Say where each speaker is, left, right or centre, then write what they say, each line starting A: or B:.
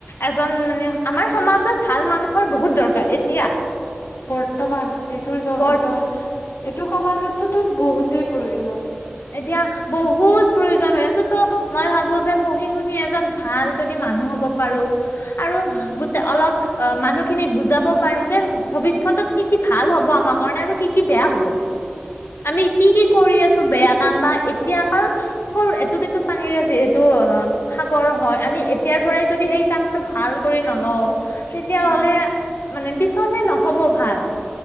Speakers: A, on the left (about 65°); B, on the left (about 85°).
A: এজন মানে আমাৰ সমাজত ভাল মানুহৰ বহুত দৰকাৰ এতিয়া।
B: বৰ্তমান এইটো জন-জন,
A: বৰ্ত
B: এইটো সমাজততো বহুতেই প্ৰয়োজন।
A: এতিয়া বহুত প্ৰয়োজন হৈ আছে। ত' মই ভাবো যে পঢ়ি-শুনি এজন ভাল যদি মানুহ হ'ব পাৰো, আৰু
B: উম
A: গোটে অলপ অ', মানুহখিনিক বুজাব পাৰো যে, ভৱিষ্যতত কি কি ভাল হ'ব আমাৰ কাৰণে, আৰু কি কি বেয়া হ'ব। আমি কি কি কৰি আছো বেয়া কাম বা এতিয়া কাম সৰু এটোপ-এটোঅ পানীৰে যিহেতু অ সাগৰ হয়, আমি এতিয়াৰ পৰাই যদি সেই কামটো ভাল কৰি নলও, তেতিয়াহ'লে
B: উম
A: মানে পিছলৈ নহ'ব ভাল।